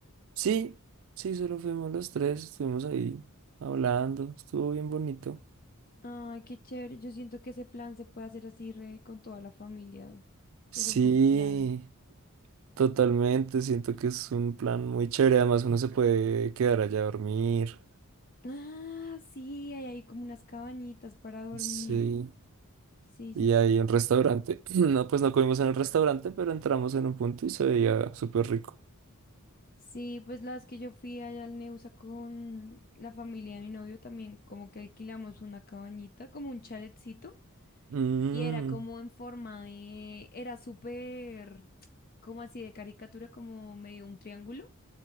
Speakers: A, on the right (about 60°); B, on the left (about 40°).
A: Sí, sí, solo fuimos los tres, estuvimos ahí hablando, estuvo bien bonito.
B: Ay, qué chévere. Yo siento que ese plan se puede hacer así re con toda la familia.
A: Sí,
B: Es un buen plan.
A: totalmente, siento que es un plan muy chévere, además uno se puede quedar allá a dormir.
B: Ah, sí, hay ahí como unas cabañitas para dormir.
A: Sí,
B: Sí,
A: y
B: sí, sí.
A: hay un restaurante. <clears throat> No, pues no comimos en el restaurante, pero entramos en un punto y se veía súper rico.
B: Sí, pues la vez que yo fui allá al Neusa con la familia de mi novio también, como que alquilamos una cabañita, como un chaletcito,
A: Mm,
B: y era como en forma de, era súper, como así de caricatura, como medio un triángulo,